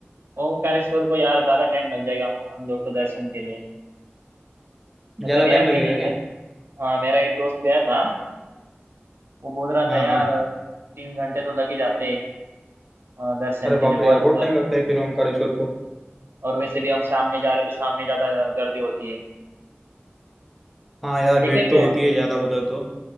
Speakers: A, on the right (about 65°); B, in the centre.
A: ओमकारेश्वर को यार ज्यादा टाइम लग जाएगा हम हम लोग को दर्शन के लिए मतलब
B: ज्यादा
A: यार
B: टाइम
A: मैंने
B: लगेगा क्या
A: हाँ मेरा एक दोस्त गया था वो बोल रहा
B: हाँ
A: था यार
B: हाँ
A: तीन घंटे तो लग ही जाते हैं अ, दर्शन
B: अरे
A: के
B: बाप
A: लिए बहुत
B: रे यार बहुत
A: अ,
B: टाइम लगता है फिर ओमकारेश्वर को
A: और वैसे भी हम शाम में जा रहे तो शाम में ज्यादा गर्दी होती है
B: हाँ यार
A: देखेंगे
B: भीड़ तो होती है ज़्यादा उधर तो